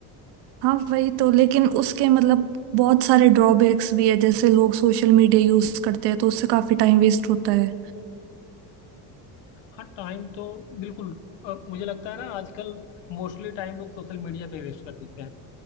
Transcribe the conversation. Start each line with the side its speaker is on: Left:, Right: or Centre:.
Right: हाँ वही तो लेकिन उसके मतलब बहुत सारे ड्रॉबैक्स भी है जैसे लोग सोशल मीडिया यूज करते हैं तो उससे काफी टाइम वेस्ट होता है
Left: हाँ टाइम तो बिल्कुल अ, मुझे लगता है ना आजकल मोस्टली टाइम लोग सोशल मीडिया पे वेस्ट कर देते हैं